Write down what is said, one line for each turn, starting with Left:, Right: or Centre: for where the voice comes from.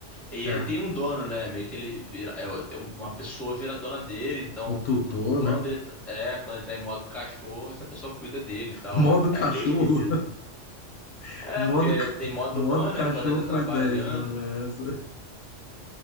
Centre: E
Left: É,
Centre: ele tem um dono, né? Meio que ele vira, é, tem um- uma pessoa vira dona dele, então
Left: um tutor,
Centre: quando
Left: né?
Centre: ele tá- é, quando ele tá em modo cachorro, essa pessoa cuida dele e tal.
Left: Modo
Centre: É,
Left: cachorro.
Centre: é bem esquisito.
Left: <laughs>
Centre: É,
Left: Modo,
Centre: porque
Left: ca-
Centre: tem modo
Left: modo
Centre: humano,
Left: cachorro
Centre: né? Quando ele tá
Left: foi
Centre: trabalhando.
Left: dez mano. Essa.